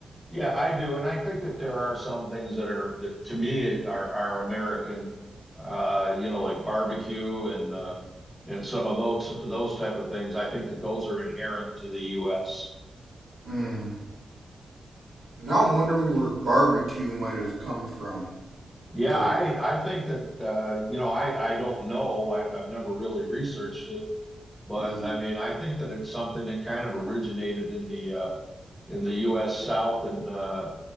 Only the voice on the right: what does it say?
Mm. Now I'm wondering where barbecue might have come from
because
yeah.